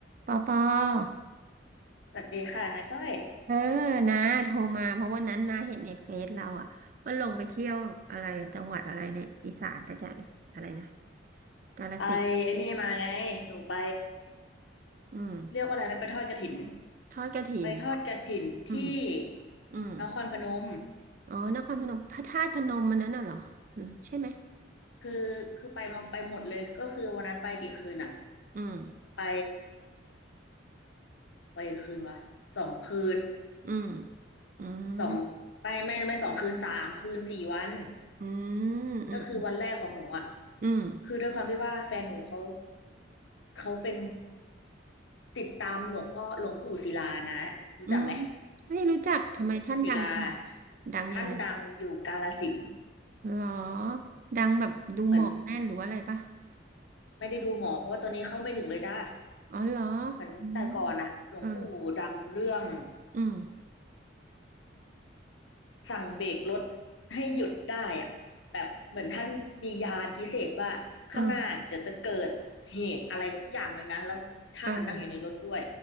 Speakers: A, on the right; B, on the left.
A: ปอปอ
B: สวัสดีค่ะนาก้อย
A: เออนะโทรมาเพราะวันนั้นนาเห็นในเฟซเราอ่ะว่าลงไปเที่ยวอะไรจังหวัดอะไรในอีสานตักอย่างอะไรนะกาฬสินธุ์
B: ไปไอ้นี่มาไงหนูไป
A: อืม
B: เรียกว่าอะไรนะไปทอดกฐิน
A: ทอดกฐินเหรอ
B: ไปทอดกฐินที่
A: อืมอืม
B: นครพนม
A: อ๋อนครพนมพระธาตุพนมมันนั้นน่ะเหรอหรือใช่ไหม
B: คือคือไปมาไปหมดเลยก็คือวันนั้นไปกี่คืนอะ
A: อืม
B: ไปไปกี่คืนวะสองคืน
A: อืมอืม
B: สองไปไม่ไม่สองคืนสามคืนสี่วัน
A: อืมอืม
B: ก็คือวันแรกของหนูอะ
A: อืม
B: คือด้วยความที่ว่าแฟนหนูเขาเขาเป็นติดตามหลวงพ่อหลวงปู่ศิลานะรู้จักไหม
A: อืมไม่รู้จักทำไมท่านดังจัง
B: หลวงปู่ศิลา
A: ดังยังไง
B: ท่านดังอยู่กาฬสินธุ์
A: เหรอดังแบบดูหมอกแม่นหรือว่าอะไรปะ
B: เหมือนไม่ได้ดูหมอเพราะว่าตอนนี้เข้าไม่ถึงเลยจ้า
A: อ๋อเหรอ
B: เหมือนแต่ก่อนอะหลวงปู่ดังเรื่อง
A: อืมเอออืม
B: สั่งเบรกรถให้หยุดได้อะแบบเหมือนท่านมียานพิเศษว่าข้างหน้าเดี๋ยวจะเกิดเหตุอะไรสักอย่างหนึ่งนะแล้วท่านนั้นนั่งอยู่ในรถด้วย
A: อืมเออ